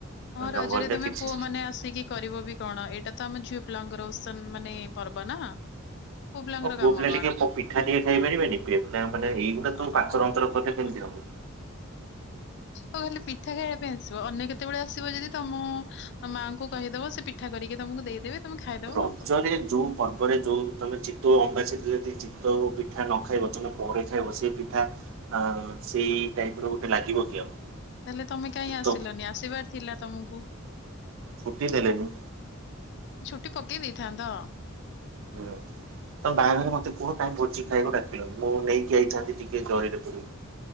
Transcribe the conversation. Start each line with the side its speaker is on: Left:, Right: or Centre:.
Left: ହଁ ରଜରେ
Right: ଜଙ୍ଗଲରେ
Left: ତମେ
Right: କିଛି
Left: ପୁଅ ମାନେ ଆସିକି କରିବ ବି କଣ ଏଇଟା ତ ଆମ ଝିଅ ପଲାଙ୍କର ଓସନ ମାନେ ପର୍ବ ନା। ପୁଅ ପିଲାଙ୍କର
Right: ପୁଅପିଲା
Left: କାମ
Right: ଟିକେ
Left: କଣ
Right: ପିଠାଟିକେ ଖାଇପାରିବେନି ଏଗୁଡା ତୁମେ
Left: ଆଉ
Right: ପାତର ଅନ୍ତର କେମିତି ହବ।
Left: ହଉ ଖାଲି ପିଠା ଖାଇବା ପାଇଁ ଆସିବ ଅନ୍ୟ କେତେବେଳେ ଆସିବ ଯଦି ତମ ମାଆଙ୍କୁ କହିଦବ ସେ ପି ଠା କରିକି ତମକୁ ଦେଇଦେବେ। ତମେ ଖାଇଦବ।
Right: ରଜରେ
Left: ଆଉ କଣ।
Right: ଯୋଉ ପର୍ବରେ ଯୋଉ ତମେ ଚିତଉ ଅମାବାସ୍ୟା ଥିଲେ ଚିତଉ ପିଠା ନ ଖାଇବ ତମେ ପରେ ଖାଇବ ସେ ପିଠା - ହ ସେଇ ଟାଇପ ର ଗୋଟେ ଲାଗିବ କି ଆଉ?
Left: ତାହେଲେ ତମେ କାହିଁ ଆସିଲନି
Right: ତ
Left: ଆସିବାର ଥିଲା ତମକୁ।
Right: ଛୁଟି ଦେଲେନି।
Left: ଛୁଟି ପକେଇ ଦେଇଥାନ୍ତ।
Right: ହୁ। ତମ ବାହାଘରେ ମତେ କୁହ କାହିଁ ଭୋଜି ଖାଇକୁ ଡାକିଲନି ମୁ ନେଇି ଆାଇଥାନ୍ତି ଟିକିଏ ଜରିରେ ପୁରେଇକି।